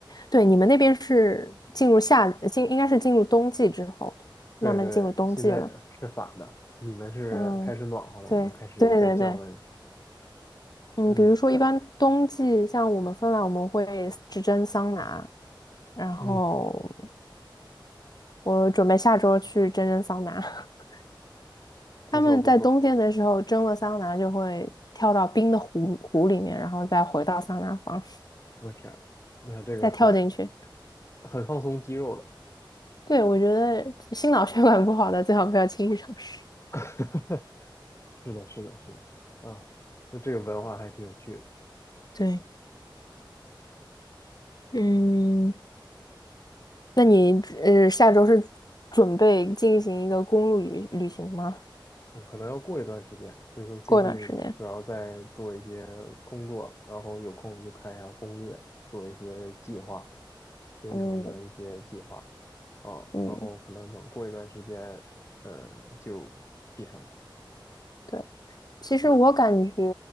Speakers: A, on the left; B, on the left.
A: 对，你们那边是进入夏，进，应该是进入冬季之后，
B: 对对，
A: 慢慢进入冬季了。
B: 现在是反的，你们是开始暖和了，
A: 嗯，对，
B: 我们开始在降温。
A: 对对对，嗯，
B: 嗯，
A: 比如说一般冬季，
B: 但
A: 像我们芬兰，我们会只蒸桑拿，然后
B: 嗯，
A: 我准备下周去蒸蒸桑拿。<laughs> 他们在冬天的时候蒸了桑拿，
B: 不错不错，
A: 就会跳到冰的湖湖里面，然后再回到桑拿房，
B: 我天，那这个很
A: 再跳进去。
B: 很放松肌肉的。
A: 对，我觉得心脑 <laughs> 血管不好的最好不要轻易尝试。
B: <laughs> 是的，是的，是的，啊，那这个文化还挺有趣的，
A: 对。嗯，那你呃下周是准备进行一个公路旅旅行吗？
B: 呃可能要过一段时间，所以说最近主要在做一些工作，
A: 过一段时间。
B: 然后有空就看一下攻略，做一些计划，行程的一些计划，
A: 嗯
B: 啊，
A: 嗯，
B: 然后可能等过一段时间，呃，就启程。
A: 对，其实我感觉
B: 是的，